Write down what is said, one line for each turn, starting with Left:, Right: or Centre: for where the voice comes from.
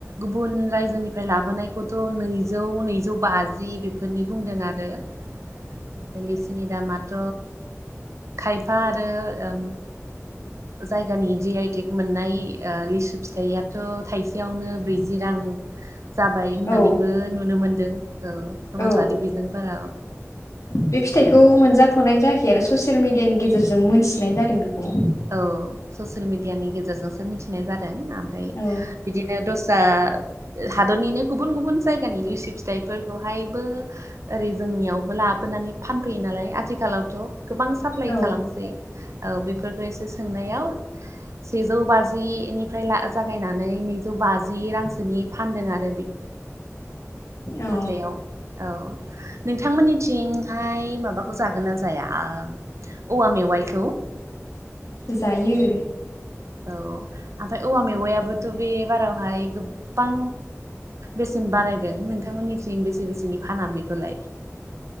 Right: गुबुन रायजोनिफ्राय लाबोनायखौथ' नैजौ नैजौ बाजि बेफोरनि बुंदों आरो दोनै जोंनि दामाथ' खायफा आरो उम जायगानि जि आइ टेक मोननाय ओ लिसु फिथाइआथ' थाइसेआवनो ब्रैजि रां जाबाय होननानैबो
Left: औ
Right: नुनो मोनदों ओ समाजारि
Left: औ
Right: बिजोंफोरा
Left: बे फिथाइखौ मोनजाथ'नाय जायाखै आरो ससियेल मिडिआनि गेजेरजों मोनथिनाय जादों बेखौ
Right: औ ससियेल मिडियानि गेजेरजोंसो मिथिनाय जादों आमफ्राय
Left: औ
Right: बिदि दस्रा हादोरनिनो गुबुन गुबुन जायगानि लुसि फिथाइफोरखौहायबो ओरै जोंनिआवबो लाबोनानै फानफैयो नालाय आथिखालावथ' गोबां साप्लाइ
Left: औ
Right: खालामसै औ बेफोरखौ एसे सोंनायाव सेजौ बाजिनिफ्राय ला जागायनानै नैजौ बाजि रांसोनि फानदों आरो बे
Left: औ
Right: हाथाइआव औ नोंथांमोननिथिंहाय माबाखौ जागोन ना जाया ओ औवा मेवाइखौ
Left: जायो
Right: औ आमफाय औवा मेवायाबोथ' बे बारावहाय गोबां बेसेन बारायदों नोंथांमोनिथिं बेसे बेसेनि फाना बेखौलाय